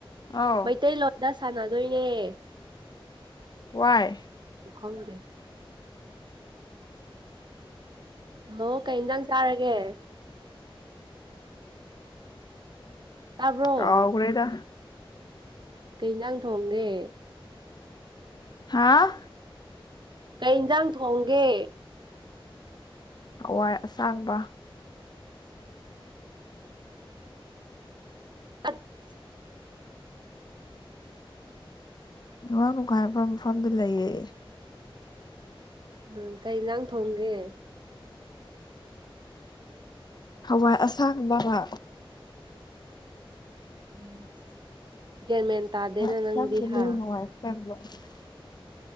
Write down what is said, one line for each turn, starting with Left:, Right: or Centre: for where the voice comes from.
Left: ꯑꯧ
Right: ꯃꯩꯇꯩꯂꯣꯟ ꯗ ꯁꯥꯟꯅꯗꯣꯏꯅꯦ
Left: ꯋꯥꯏ
Right: ꯎ ꯈꯪꯗꯦ ꯍꯜꯂꯣ ꯀꯩ ꯏꯟꯖꯥꯡ ꯆꯥꯔꯒꯦ ꯇꯥꯕ꯭ꯔꯣ
Left: ꯀꯥꯎꯒ꯭ꯔꯦꯗ
Right: ꯀꯩ ꯍꯤꯟꯖꯥꯡ ꯊꯣꯡꯒꯦ
Left: ꯍꯥꯥ
Right: ꯀꯩ ꯍꯤꯟꯖꯥꯡ ꯊꯣꯡꯒꯦ
Left: ꯍꯋꯥꯏ ꯑꯁꯥꯡꯕ
Right: <inaudible>
Left: ꯅꯦꯠꯋꯥꯛ ꯅꯨꯡꯉꯥꯏꯕ ꯃꯐꯝꯗ ꯂꯩꯌꯦ
Right: ꯎꯝ ꯀꯩ ꯏꯟꯁꯥꯡ ꯊꯣꯡꯒꯦ
Left: ꯍꯋꯥꯏ ꯑꯁꯥꯡꯕꯒ
Right: ꯎꯝ ꯒꯤꯌꯥꯟꯃꯦꯟ ꯇꯥꯗꯦꯅ
Left: ꯑꯁꯥꯡꯕꯅꯦ
Right: ꯅꯪꯗꯤꯍꯥ
Left: <inaudible>